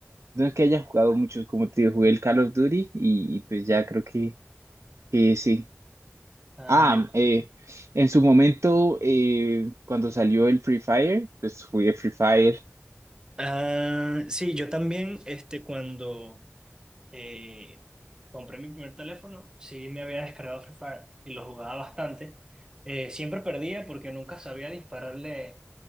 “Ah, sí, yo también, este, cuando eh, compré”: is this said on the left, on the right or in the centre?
Right